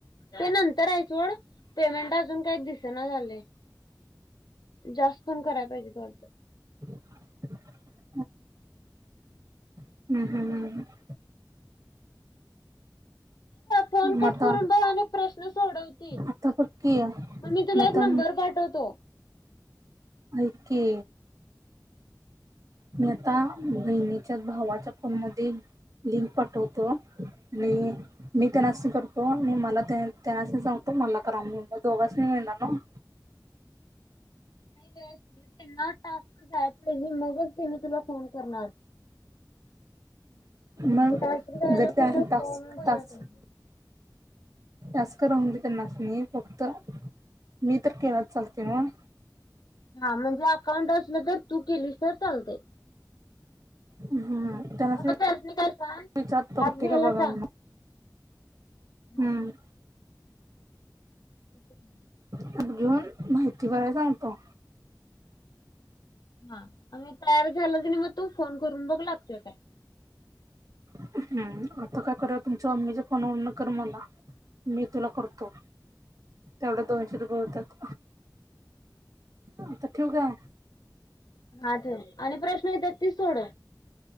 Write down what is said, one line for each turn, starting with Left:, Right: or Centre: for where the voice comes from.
Left: ते नंतर आहे सोड पेमेंट अजून काही दिसना झालंय. जास्त पण करायला पाहिजेत वाटतं.
Right: <inaudible> हम्म हम्म हम्म हम्म.
Left: फोन
Right: मता
Left: कट करून बघ आणि प्रश्न सोडव ते मग
Right: आतापक्की
Left: मी तुला
Right: मता
Left: एक नंबर पाठवतो.
Right: ऐक की. मी आता बहिणीच्या भावाच्या फोन मध्ये. लिंक पाठवतो आणि मी त्यानसनी करतो आणि मला त्यांनासनी सांगतो. मला करा म्हणून मग दोघासनी मिळणार नव्ह?
Left: नाही ग त्यांना टास्क जाया पाहिजे मगच त्यांनी तुला फोन करणार.
Right: मग
Left: आणि टास्क जायला
Right: जर त्यासनि
Left: पहिला
Right: टास्क
Left: फॉर्म भराय
Right: टास्क.
Left: पाहिजे.
Right: टास्क राहून दे त्यांनासनी फक्त. मी तर केला चालतंय नव्ह?
Left: हां म्हणजे अकाउंट असल तर तू केलीस तर चालतंय.
Right: हम्म त्यांनासनी
Left: अगं त्यासनी काय सांग
Right: विचारतो होते
Left: ॲप घ्यायला
Right: का बघा
Left: सांग.
Right: म्हणून हम्म.
Left: हा <inaudible>
Right: ॲप घेऊन माहिती भराय सांगतो.
Left: हां आणि म तयार झालं क नई मग तू फोन करून बघ लागतोय काय.
Right: हम्म आता काय करा तुमच्या मम्मीच्या फोनवरन कर मला. मी तुला करतो. तेवढ्यात दोनशे रुपये होत्यात आता ठेऊ काय?
Left: हां ठेव आणि प्रश्न येत्यात ती सोडव.